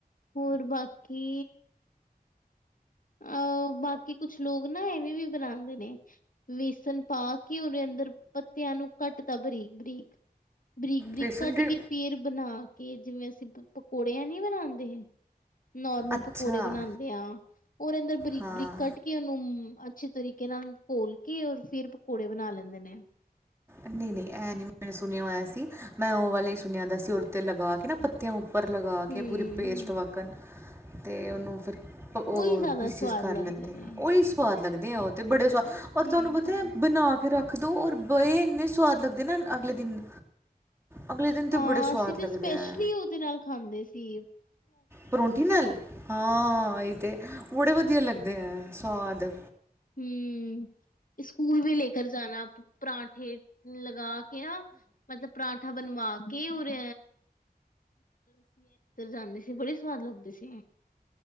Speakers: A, on the left; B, on the right.
A: ਹੋਰ ਬਾਕੀ ਅਹ ਬਾਕੀ ਕੁਛ ਲੋਕ ਨਾ ਐਵੇਂ ਵੀ ਬਣਾਉਂਦੇ ਨੇ ਵੇਸਣ ਪਾ ਕੇ ਉਹਦੇ ਅੰਦਰ ਪੱਤਿਆਂ ਨੂੰ ਕੱਟ ਤਾ ਬਰੀਕ-ਬਰੀਕ। ਬਰੀਕ-ਬਰੀਕ
B: ਬੇਸਨ
A: ਕੱਟ
B: ਦੇ
A: ਕੇ ਫੇਰ ਬਣਾ ਕੇ ਜਿਵੇਂ ਅਸੀਂ ਪਕੌੜੇਿਆਂ ਨੀ ਬਣਾਦੇ। ਨੋਰਮਲ
B: ਅੱਛਾ
A: ਪਕੌੜੇ ਬਣਾਦੇ ਆ ਉਹਦੇ ਅੰਦਰ ਬਰੀਕ-ਬਰੀਕ
B: ਹਾਂ
A: ਕੱਟ ਕੇ ਨੂੰ ਅੱਛੇ ਤਰੀਕੇ ਨਾਲ ਘੋਲ ਕੇ ਔਰ ਫੇਰ ਪਕੌੜੇ ਬਣਾ ਲੈਂਦੇ ਨੇ।
B: ਨਹੀਂ-ਨਹੀਂ ਇਹ ਨੀ ਮੈ ਸੁਣਿਆ ਹੋਇਆ ਸੀ ਮੈਂ ਉਹ ਵਾਲਾ ਹੀ ਸੁਣਿਆ ਦਾ ਸੀ ਉਹਤੇ ਲਗਾ ਕੇ ਨਾ ਪੱਤਿਆਂ ਉ ਪਰ ਲਗਾ
A: ਹਮ
B: ਕੇ ਪੂਰੀ ਪੇਸਟ ਵਕਨ ਤੇ ਉਹਨੂੰ ਫੇਰ ਉਹ
A: ਉਹੀ ਜ਼ਿਆਦਾ
B: ਪੀਸਿਸ
A: ਸਵਾਦ
B: ਕਰ ਲੈਂਦੇ
A: ਲੱਗਦੇ
B: ਆ
A: ਨੇ
B: ਉਹੀ ਸਵਾਦ ਲੱਗਦੇ ਆ ਉਹ ਤੇ ਬੜੇ ਸਵਾਦ ਔਰ
A: ਹਮ
B: ਤੁਹਾਨੂੰ ਪਤਾ ਹੈ ਬਣਾ ਕੇ ਰੱਖ ਦੋ ਔਰ ਬਏ ਇੰਨੇ ਸਵਾਦ ਲਗਦੇ ਨਾ ਅਗਲੇ ਦਿਨ, ਅਗਲੇ ਦਿਨ ਤਾਂ
A: ਹਾਂ
B: ਬੜੇ ਸਆਦ
A: ਅਸੀਂ ਤੇ
B: ਲਗਦੇ ਹੈ।
A: <unintelligible> ਨਾਲ ਖਾਂਦੇ ਸੀ।
B: ਪਰੌਠੀ ਨਾਲ ਹਾਂ ਇਹ ਤੇ ਬੜੇ ਵਧੀਆ ਲੱਗਦੇ ਆ ਸਵਾਦ।
A: ਹਮ ਸਕਕੂਲ ਵੀ ਲੈ ਕਰ ਜਾਨਾ ਆਪ ਪਰਾਂਠੇ ਲਗਾ ਕੇ ਨਾ ਮਤਲਬ ਪਰਾਂਠਾ ਬਣਵਾ ਕੀ ਉਰ <inaudible> ਜਾਂਦੀ ਸੀ ਬੜੀ ਸਵਾਦ ਲੱਗਦੀ ਸੀ।